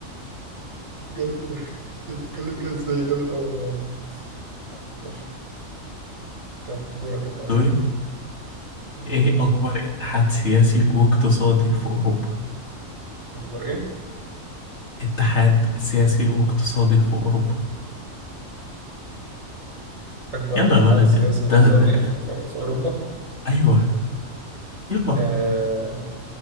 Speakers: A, on the right; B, on the left.
A: جامد فشخ انت بتتكلم كده ازاي جامد قوي والله العظيم ماشي كم دورك انت
B: سوري
A: مم.
B: ايه أكبر اتحاد سياسي واقتصادي في أوروبا؟
A: اكبر ايه
B: اتحاد سياسي واقتصادي في أوروبا
A: اكبر
B: يلا
A: اتحاد
B: يا ولد
A: سياسي واقتصادي
B: ده, ده.
A: في, في, في اوروبا
B: أيوه يلا
A: آه،